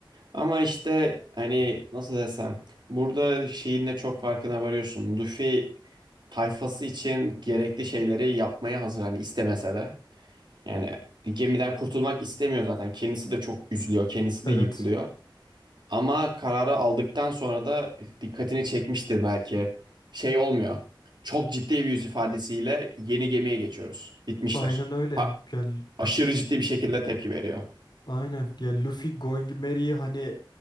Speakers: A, on the right; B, on the left.
A: Ama işte hani nasıl desem burada şeyin de çok farkına varıyorsun. Luffy tayfası için gerekli şeyleri yapmaya hazır hani istemese de. Yani gemiden kurtulmak istemiyor zaten. Kendisi de çok üzülüyor. Kendisi
B: Evet,
A: de yıkılıyor. Ama kararı aldıktan sonra da dikkatini çekmiştir belki. Şey olmuyor. Çok ciddi bir yüz ifadesiyle yeni gemiye geçiyoruz. Bitmişler.
B: aynen öyle.
A: A-
B: Yani
A: aşırı ciddi bir şekilde tepki veriyor.
B: Aynen. Ya Luffy Going Merry'i hani